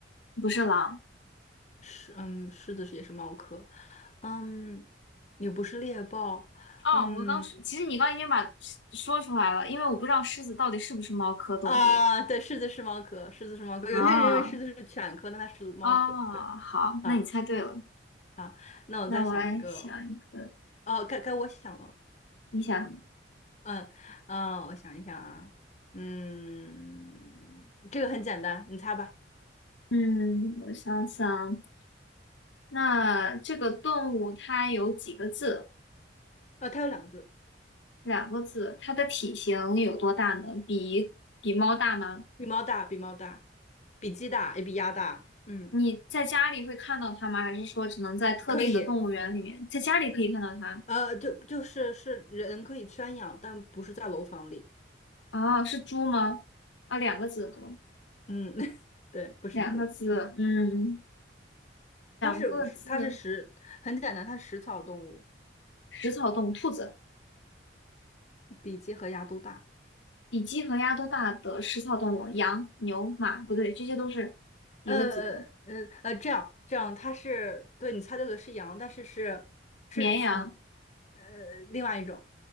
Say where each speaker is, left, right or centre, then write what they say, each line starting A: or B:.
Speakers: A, on the left; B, on the left.
A: 不是狼。
B: 狮，嗯，狮子是也是猫科，嗯，也不是猎豹，
A: 哦，
B: 嗯，
A: 我刚说，其实你刚已经把说出来了，因为我不知道狮子到底是不是猫科动物
B: 啊，对，狮子是猫科，狮子是猫科，
A: 啊
B: 有些人认为狮子是犬科，那它是猫科，
A: 啊，
B: 对
A: 好，
B: 啊
A: 那你猜对了。
B: 啊，那我再想一个，
A: 那我来想一个，
B: 哦，该该我想了。
A: 你想，
B: 嗯嗯，我想一想啊，嗯，这个很简单，你猜吧。
A: 嗯，我想想，那这个动物它有几个字？
B: 呃，它有两个字，
A: 两个字。它的体型有多大呢？比比猫大吗？
B: 比猫大，比猫大，比鸡大，也比鸭大。嗯，
A: 你在家里会看到它吗？还是说只能在特定的动物园里面？
B: 可以。
A: 在家里可以看到它？
B: 呃，就就是是人可以圈养，但不是在楼房里。
A: 哦，是猪吗？啊，两个字，对吧？
B: 嗯，<laughs> 对，不是猪，
A: 两个字，嗯，
B: 它是是它是食，
A: 两个字，
B: 很简单，它是食草动物，
A: 食草动物，兔子，
B: 比鸡和鸭都大。
A: 比鸡和鸭都大的食草动物，羊、牛、马，不对，这些都是一个字的，
B: 呃呃呃，这样这样，它是对你猜对了，是羊，但是是是以
A: 绵羊、
B: 呃另外一种。